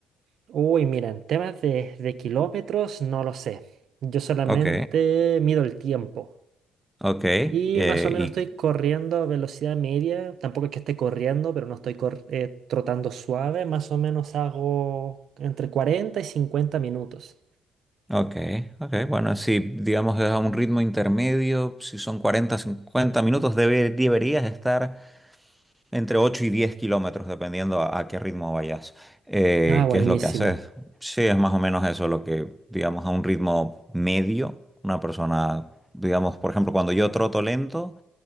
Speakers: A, on the right; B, in the centre.
A: Uy, mira, en temas de, de kilómetros, no lo sé. Yo solamente
B: Ok,
A: mido el tiempo.
B: ok,
A: Y
B: eh,
A: más o menos
B: y,
A: estoy corriendo a velocidad media. Tampoco es que esté corriendo, pero no estoy cor- eh, trotando suave. Más o menos hago entre 40 y 50 minutos.
B: ok, ok, bueno, si digamos es a un ritmo intermedio, si son 40 50 minutos, debe- deberías estar entre 8 y 10 kilómetros, dependiendo a, a qué ritmo vayas. Eh,
A: Ah, buenísimo.
B: ¿qué es lo que haces? Sí, es más o menos eso lo que, digamos, a un ritmo medio, una persona, digamos, por ejemplo, cuando yo troto lento.